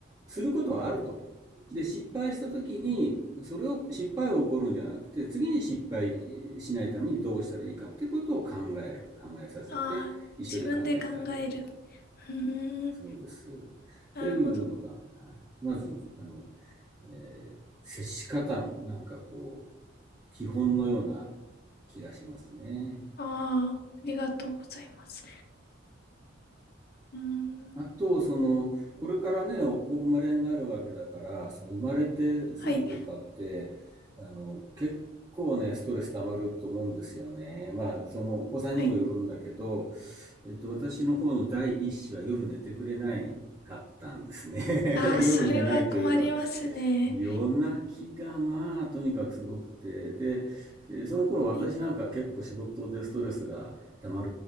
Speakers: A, on the right; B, on the left.
A: することはあると。で、失敗した時に、それを、失敗を起こるんじゃなくて、次に失敗しないためにどうしたらいいかっていうことを考える。考えさせて、
B: ああ、
A: 一緒に考えてあげると。
B: 自分で考える。うーん、
A: そうです。
B: なるほど。
A: っていうのが、はい、まず、あの、えー接し方のなんかこう、基本のような気がしますね。
B: ああ、ありがとうございます。うーん、
A: あと、その、これからね、おお生まれになるわけだから、その生まれてすぐとかって、
B: はい、
A: あの、結構ね、ストレス溜まると思うんですよね。まあ、そのお子さんにもよるんだけど、
B: はい。
A: えっと、私の方の第一子は夜寝てくれないかったんですね。
B: ああ、それは困りますね。
A: <laughs> 夜寝ないというのは、夜泣きがまあとにかくすごくて、で、えーその頃私なんか結構仕事でストレスが溜まっ
B: はい。